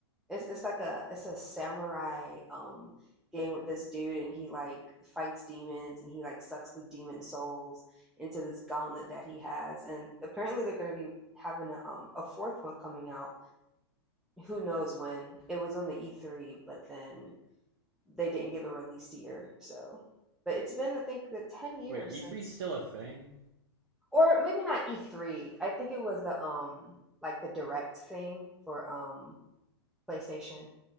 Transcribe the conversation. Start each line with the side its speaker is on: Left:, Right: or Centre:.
Centre: It's it's like a it's a samurai um game with this dude and he like fights demons and he like sucks the demon souls into this gauntlet that he has and apparently they're going to be having a um a fourth one coming out who knows when it was on the E3 but then they didn't give a released year. So, but it's been I think the ten years
Right: Wait, E3's
Centre: since,
Right: still a thing?
Centre: or maybe not E three. I think it was the um like the direct thing for um PlayStation,